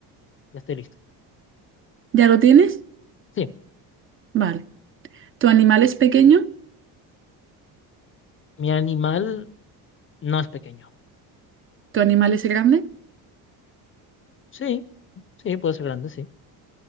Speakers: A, on the left; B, on the right.
A: Ya estoy listo.
B: ¿Ya lo tienes?
A: Sí,
B: Vale. ¿Tu animal es pequeño?
A: mi animal no es pequeño.
B: ¿Tu animal es grande?
A: Sí, sí, puede ser grande, sí.